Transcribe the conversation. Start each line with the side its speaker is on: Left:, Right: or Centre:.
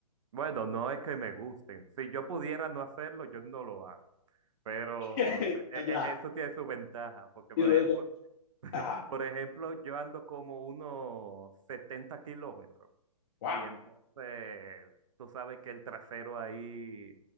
Right: Bueno, no es que me gusten. Si yo pudiera no hacerlo, yo no lo hago. Pero
Left: <laughs>
Right: e-
Left: Ya.
Right: e- eso tiene su ventaja, porque
Left: Y
Right: por
Left: eso
Right: ejemplo,
Left: es Ajá.
Right: por ejemplo, yo ando como unos 70 kilómetros
Left: Wow.
Right: y entonces tú sabes que el trasero ahí,